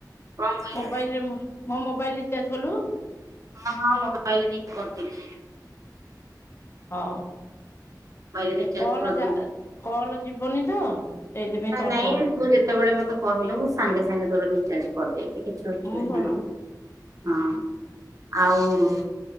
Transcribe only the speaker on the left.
ମୋବାଇଲରେ ମୋ ମୋ ମୋବାଇଲ୍ ରିଚାର୍ଜ କଲୁ?
ହଁ
ଏ କଲ
ଯାର କଲ ଯିବନି ତ? ସେଇଥିପାଇଁ ତରତର
ହେଲି
ହୁଁ ଭଲ